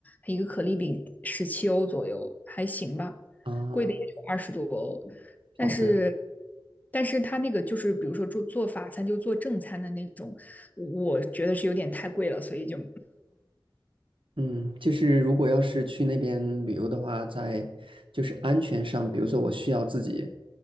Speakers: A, on the left; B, on the right.
A: 一个可丽饼十七欧左右，还行吧，
B: 啊，
A: 贵的也就二十多欧，但是。
B: 好的，
A: 但是他那个就是，比如说做做法餐，就做正餐的那种，我觉得是有点太贵了，所以就
B: 嗯，就是如果要是去那边旅游的话，在就是安全上，比如说我需要自己，